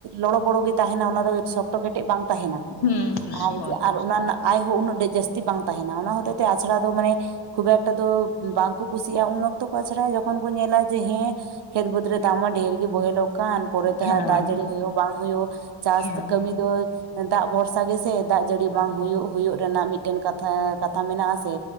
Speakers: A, on the right; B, on the left.
A: ᱞᱚᱲᱚ ᱵᱚᱲᱚ ᱜᱮ ᱛᱟᱦᱮᱱᱟ᱾ ᱚᱱᱟ ᱫᱚ ᱥᱚᱠ ᱛᱚ ᱠᱮᱴᱮᱡ ᱵᱟᱝ ᱛᱟᱦᱮᱱᱟ,
B: ᱦᱩᱸ ᱦᱩᱸ
A: ᱟᱨ
B: ᱦᱳᱭ
A: ᱡᱮ ᱟᱨ
B: ᱟᱨᱠᱤ
A: ᱚᱱᱟ ᱨᱮᱱᱟᱜ ᱟᱭ- ᱦᱚ ᱩᱱᱟᱹᱜ ᱴᱟᱜ ᱡᱟᱹᱥᱛᱤ ᱵᱟᱝ ᱛᱟᱦᱮᱱᱟ᱾ ᱚᱱᱟ ᱦᱚᱛᱮ ᱛᱮ ᱟᱪᱷᱲᱟ ᱫᱚ ᱢᱟᱱᱮ ᱠᱷᱩᱵ ᱮᱠᱴᱟ ᱫᱚ ᱵᱟᱝ ᱠᱚ ᱠᱩᱥᱤᱭᱟᱜᱼᱟ ᱩᱱ ᱚᱠᱛᱚ ᱠᱚ ᱟᱸᱪᱷᱲᱟᱭᱟ ᱡᱚᱠᱷᱚᱱ ᱠᱚ ᱧᱮᱸᱞᱟ ᱡᱮ, ᱦᱮᱸ ᱠᱷᱮᱛ ᱵᱟᱹᱫᱽ ᱨᱮ ᱫᱟᱜ ᱢᱟ ᱰᱷᱮᱨ ᱜᱮ ᱵᱚᱦᱮᱞᱚᱜ ᱠᱟᱱ, ᱯᱚᱨᱮᱛᱮ
B: ᱦᱮᱸ
A: ᱦᱟᱸᱜ ᱫᱟᱜ ᱡᱟᱹᱲᱤ ᱦᱩᱭᱩᱜ ᱵᱟᱝ ᱦᱩᱭᱩᱜ᱾ ᱪᱟᱥ
B: ᱦᱮᱸ
A: ᱫᱚ ᱠᱟᱹᱢᱤ ᱫᱚᱭ ᱫᱟᱜ ᱵᱷᱚᱨᱥᱟ ᱜᱮᱥᱮ ᱫᱟᱜ ᱡᱟᱹᱲᱤ ᱵᱟᱝ ᱦᱩᱭᱩᱜ ᱦᱩᱭᱩᱜ ᱨᱮᱱᱟᱜ ᱢᱤᱫᱴᱮᱱ ᱠᱟᱛᱷᱟ ᱠᱟᱛᱷᱟ ᱢᱮᱱᱟᱜ-ᱟ ᱥᱮ᱾